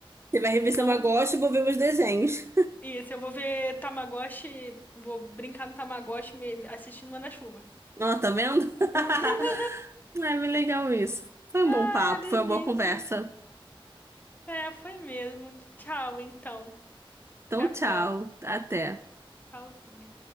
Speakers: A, on the right; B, on the left.
A: Você vai rever seu
B: Então,
A: Tamagotchi e vou ver meus desenhos.
B: isso, eu vou ver Tamagotchi, vou brincar no Tamagotchi me- assistindo Manda-Chuva.
A: Ó, tá vendo? <laughs>
B: <laughs>
A: É bem legal isso. Foi um
B: Ai,
A: bom papo,
B: uma delícia.
A: foi uma boa conversa.
B: É, foi mesmo. Tchau, então.
A: Então,
B: Até a próxima.
A: tchau, até.
B: Tchauzinho.